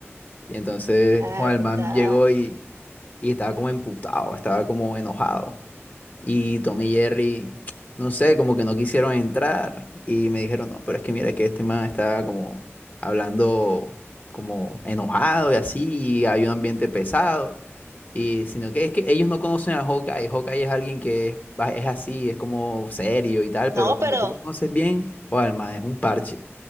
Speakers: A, on the left; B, on the right.
A: Y entonces
B: la
A: joder,
B: verdad.
A: el man llegó y, y estaba como emputado, estaba como enojado. Y Tommy y Jerry, no sé, como que no quisieron entrar. Y me dijeron, no, pero es que mira que este man está como hablando como enojado y así, y hay un ambiente pesado. Y sino que es que ellos no conocen a Hawkeye. Hawkeye es alguien que es, va- es así, es como serio y tal,
B: No,
A: pero cuando
B: pero,
A: tú lo conoces bien, Juan man es un parche.